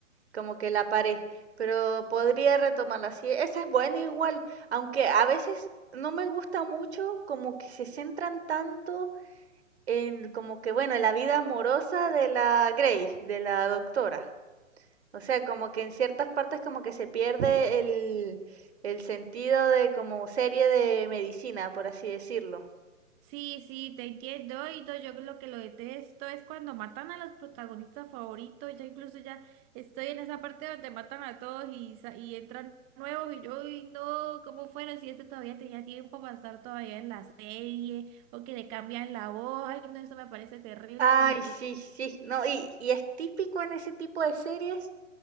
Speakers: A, on the right; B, on the right.
A: como que la paré, pero podría retomarla. Sí, esa es buena igual, aunque a veces no me gusta mucho, como que se centran tanto en como que, bueno, la vida amorosa de la Grey, de la doctora. O sea, como que en ciertas partes como que se pierde el, el sentido de como serie de medicina, por así decirlo.
B: Sí, sí, te entiendo. Y no, yo lo que lo detesto es cuando matan a los protagonistas favoritos. Ya incluso ya estoy en esa parte donde matan a todos y, sa- y entran nuevos. Y yo, uy, no, ¿cómo fueron? Si este todavía tenía tiempo para estar todavía en la serie o que le cambian la voz. Ay, no, eso me parece terrible.
A: Ay,
B: Como que.
A: sí, sí, no, y, y es típico en ese tipo de series